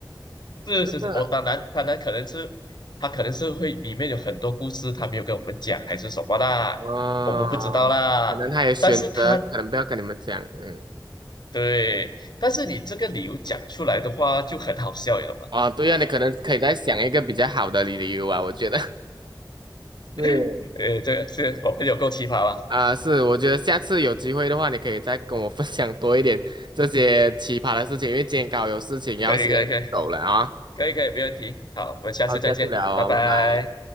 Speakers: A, on the left; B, on the right.
A: 是是是，
B: 这个。
A: 哦，当然，当然可能是他可能是会里面有很多故事，他没有跟我们讲，还是什么啦，
B: 哦，
A: 我们不知道啦。
B: 可能他也选择，
A: 但是他
B: 可能不要跟你们讲，嗯，
A: 对，但是你这个理由讲出来的话就很好笑，你懂吗？
B: 哦，对呀、你可能可以再想一个比较好的理由啊，我觉得，<laughs> 是，
A: <laughs> 呃，这个是我朋友够奇葩吧？
B: 啊、是，我觉得下次有机会的话，你可以再跟我分享多一点这些奇葩的事情，因为今天刚好有事情要先走了啊，
A: 可以可以可以可以可以，没问题。好，我们下次再见，
B: 好，下次聊哦，
A: 拜拜。
B: 拜拜。